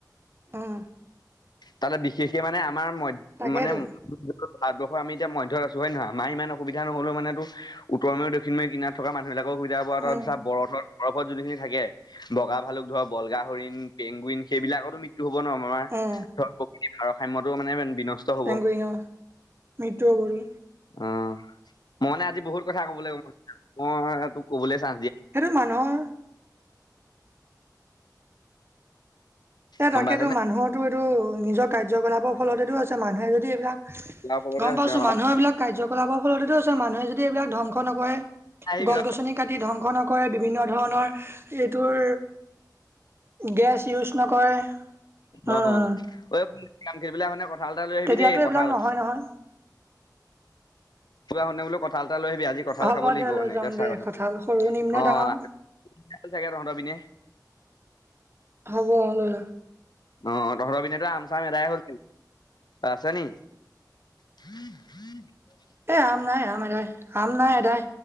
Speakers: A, on the right; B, on the left.
A: উম।
B: তাতে বিশেষকে মানে আমাৰ ম
A: তাকেইতো
B: মানে ভাৰবৰ্ষ আমি এতিয়াধ্যত আছো হয় নহয় মাৰ ইমান অসুবিধা নহলেও মানেো উত্তৰময় দক্ষিময় কিনাৰ থকা মানু সেইবিলাকক সুবিধা তাত তেতিয়া
A: উম
B: বৰফত বৰফত যোনখিনি থাকে বগা ভালুক ধৰক বলগা হৰিণ পেংগুইন সেইবিলাকতো মৃ হ'ব নোৱাৰো আমাৰ
A: উম
B: ধৰ প্ৰক়তি ভাৰসাম্যতো মানে বিনষ্ট হ'ব
A: পেঙ্গুইন অ' মৃত্যু হ'ব গৈ।
B: অ', মই মানে আজি বহুত কথা কব লাগিব মান মই তোক কবলৈ চা
A: হেতু মানুহৰ এ
B: গম
A: তাকেতো
B: পাইছনে
A: মানুহৰটো এইটো নিজৰ কাৰ্যকলাপৰ ফলতেতটো হৈছে। মানুহে যদি এইবিলাক
B: ফলতে
A: গম
B: হৈছে
A: পাইছো
B: অ
A: মানুহৰ এইবিলাক কাৰ্যকলাপৰ ফলতেতো আছে মানুহে যদি এইবিলাক ধ্বংস নকৰে।
B: আহিবি
A: গছ গছনি কাটি ধ্বংস নকৰে বিভিন্ন ধৰণৰ এইটোৰ গেছ ইউজ নকৰে।
B: অঐ
A: উম
B: <unintelligible> খনে কঁঠাল এটা লৈ আহিবি
A: তেতিয়াতো
B: দেই কঁঠাল
A: এইবিলাক নহয় নহয়
B: <unintelligible> বোলো কঁঠাল এটা লৈ আহিবি আজি কঁঠাল
A: হ'ব
B: খাব লাগিব
A: দে লৈ
B: মানে
A: যাম
B: কেচা
A: দে
B: কঁঠা
A: কথা সৰু নিম
B: অ
A: নে ডাঙৰ
B: <unintelligible> চাগে তহঁত পিনে
A: হ'ব অ লৈল
B: অ তহতৰ পিনেতো আম চাম এদাই হল আছে নি <unintelligible>
A: এই আম নাই আম এদাই আম নাই এদাই